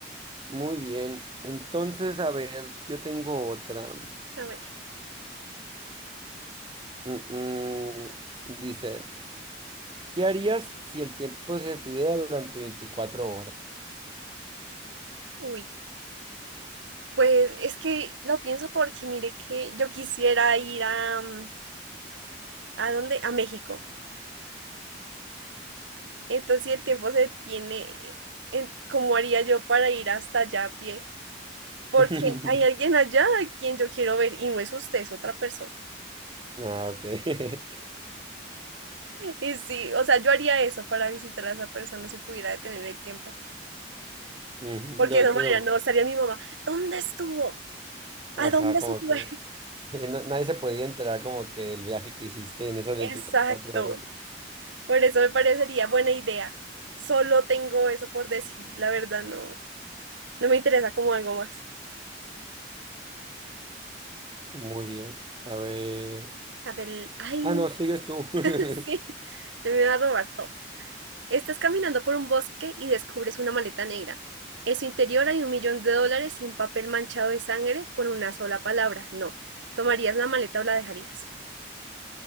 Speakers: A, on the right; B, on the right.
A: Muy bien. Entonces, a ver, yo tengo otra.
B: A ver,
A: Mm, mm. Dice, ¿qué harías si el tiempo se detuviera durante 24 horas?
B: uy. Pues es que lo pienso porque mire que yo quisiera ir a, mm, ¿a dónde? A México. Entonces, si el tiempo se tiene, en- ¿cómo haría yo para ir hasta allá a pie? Porque
A: <laughs>
B: hay alguien allá a quien yo quiero ver y no es usted, es otra persona.
A: Ah, ok. <laughs>
B: Y sí, o sea, yo haría eso para visitar a esa persona si pudiera detener el tiempo,
A: Ujú.
B: porque
A: No,
B: de esa
A: pero,
B: manera no estaría mi mamá. ¿Dónde estuvo?
A: ajá,
B: ¿A dónde
A: como
B: se fue?
A: que
B: <laughs>
A: <laughs> na- nadie se podía enterar como que del viaje que hiciste en esas veinticuatro
B: Exacto.
A: horas.
B: Por eso me parecería buena idea. Solo tengo eso por decir, la verdad no, no me interesa como algo más.
A: Muy bien. A ver.
B: A ver, ay,
A: Ah, no, sigues tú.
B: <laughs> sí,
A: <laughs>
B: me va a robar todo. Estás caminando por un bosque y descubres una maleta negra. En su interior hay un millón de dólares y un papel manchado de sangre con una sola palabra, no. ¿Tomarías la maleta o la dejarías?